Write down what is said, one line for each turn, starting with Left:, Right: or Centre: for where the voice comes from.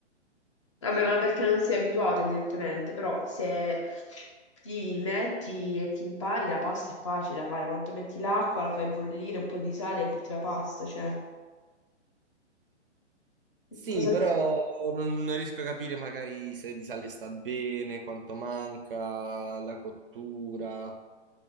Left: Vabbè, ma perché non sei abituato evidentemente, però se ti metti e ti impari la pasta è facile da fare. Quando metti l'acqua, la fai bollire, un po' di sale e butti la pasta, cioè...
Right: Sì,
Left: Cosa...
Right: però non, non riesco a capire magari se di sale sta bene, quanto manca, la cottura,